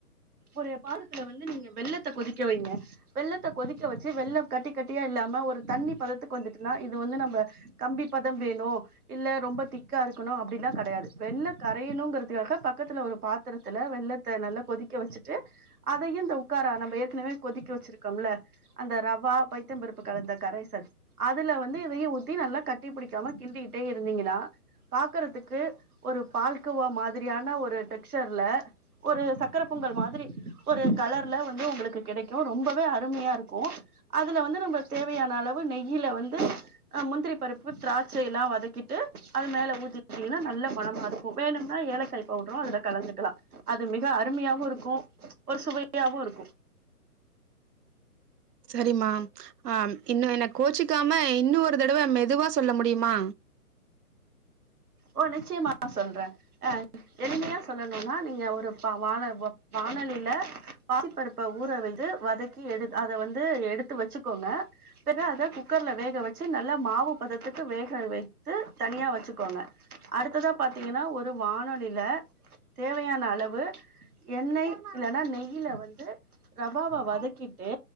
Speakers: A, on the right; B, on the right.
A: ஒரு பாத்தரதுல வந்து நீங்க வெள்ளத்த கொதிக்க வைங்க வெள்ளத்த கொதிக்க வச்சு வெள்ள கட்டி கட்டியா இல்லாம ஒரு தண்ணி பதத்துக் வந்துட்டுனா இது வந்து நம்ப கம்பி பதம் வேணு இல்ல ரொம்ப திக்கா இருக்கனோ அப்டினா கடையாது வெள்ள கரையணுங்கிறதுக்காக பக்கத்துல ஒரு பாத்துரத்துல வெள்ளத்த நல்லா கொதிக்க வெச்சுட்டு அதையு இந்த உட்காரா நம்ம ஏற்கனவே கொதிக்க வெச்சிருக்கோம்ல அந்த ரவா பைத்தம்பருப்பு கலந்த கரைசல் அதுல வந்து நெய் ஊத்தி நல்லா கட்டி புடி மா கிண்டிட்டே இருந்தீங்கன்னா பாத் க்றதுக்கு ஒரு பால்கோவா மாதிரியான ஒரு ஸ்டக்ஜர்ல ஒரு சக்கர பொங்கல் மாதிரி ஒரு கலர்ல வந்து உங்களுக்கு கிடைக்கு ரொம்பவே அருமையா இருக்கு அதுல வந்து நம்ம தேவையான அளவு நெய் கீல வந்து முந்திரி பருப்பு திராட்சை எல்லா வதக்கிட்டு அது மேல ஊத்திட்டீங்கன்னா நல்ல மனமா இருக்கு வேணும்னா ஏலக்காய் பவுடரு அதுல கலந்துக்கலா அது மி அருமையாவும் இருக்கும் ஒரு சுவையாவும் இருக்கு
B: சரிம்மா ஆ இன்னு என்ன கோச்சிக்காம இன்னு ஒரு தடவ மெதுவா சொல்ல முடியுமா
A: ஓ நிச்சயமா சொல்ற அ எளிமையா சொல்லணும்னா நீங்க ஒரு ப வான வா வானலில பாசிப்பருப்ப ஊற வித்து வதக்கி எடு அத வந்து எடுத்து வெச்சுக்கோங்க பிறகு அத குக்கர்ல வேக வச்சு நல்லா மாவு பதத்துக்கு வேக வைத்து தனியா வெச்சுக்கோங்க அடுத்ததா பாத்தீங்கன்னா ஒரு வானொலில தேவையான அளவு எண்ணெய் இல்லனா நெய்யில வந்து ரவ்வாவ வதக்கிட்டு